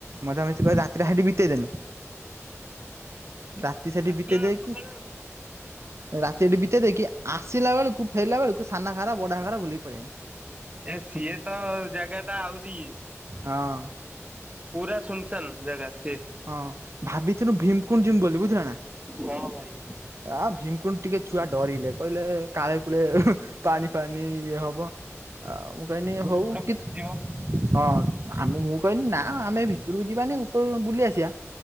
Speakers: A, on the right (about 60°); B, on the right (about 25°).
A: ମଜାମସ୍ତି କରି ରାତିରେ ହାଠି ବିତେଇଦେନୁ। ରାତି ସେଠି
B: ଆସିଲ
A: ବିତେଇ ଦେଇକି
B: ସକାଳୁ
A: ରାତିରେଠି ବିିତେଇ ଦେଇକି ଆସିଲା ବେଳକୁ ଫେରିଲା ବେଳକୁ ସାନଘାଗରା ବଢାଘାଗରା ବୁଲିକି ପଳେଇ ଆସିଲୁ।
B: ଏ ସିଏ ତ ଜାଗା ଟା ଆହୁରି ଇଏ।
A: ହଁ।
B: ପୁରା ସୁୁନସାନ୍ ଜାଗା ସିଏ।
A: ହଁ ଭାବିଥିନୁ ଭୀମକୁଣ୍ଡ ଯିମୁ ବୋଲି ବୁଝିଲ ନା।
B: ହଁ ଭାଇ।
A: ଆ ଭୀମକୁଣ୍ଡ ଟିକେ ଛୁଆ ଡରିଲେ କହିଲେ କାଳେ କୂଳେ ପାଣି ଫାଣିି ଇଏ ହବ ଆଉ ମୁଁ କହିନି
B: ଗୋଡ
A: ହଉ
B: ଫୋଡ
A: କି
B: ଖସିଯିବ।
A: ହଁ ଆମ ମୁଁ କହିଲି ନା ଆମେ ଭିତରକୁ ଯିବାନି ଉପର ବୁଲି ଆସିବା।